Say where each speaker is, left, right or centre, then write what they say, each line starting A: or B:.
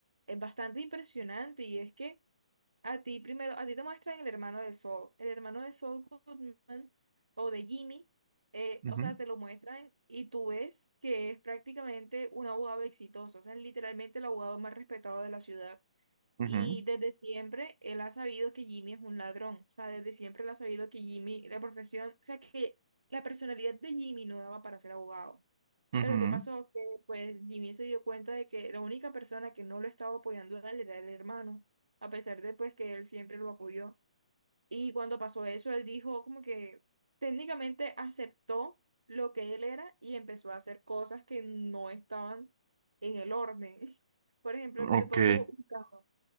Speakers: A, on the right; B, on the right.
A: es bastante impresionante. Y es que a ti primero, a ti te muestran el hermano de Saul, el hermano de Saul Goodman o de Jimmy, eh,
B: Ujú,
A: o sea, te lo muestran y tú ves que es prácticamente un abogado exitoso, o sea, es literalmente el abogado más respetado de la ciudad.
B: ujú,
A: Y desde siempre él ha sabido que Jimmy es un ladrón. O sea, desde siempre él ha sabido que Jimmy, la profesión, o sea, que la personalidad de Jimmy no daba para ser abogado.
B: ujú.
A: Pero ¿qué pasó? Que pues Jimmy se dio cuenta de que la única persona que no lo estaba apoyando a él era el hermano, a pesar de pues que él siempre lo apoyó. Y cuando pasó eso, él dijo como que técnicamente aceptó lo que él era y empezó a hacer cosas que no estaban en el orden. <laughs> Por ejemplo,
B: Ok.
A: te pongo un caso.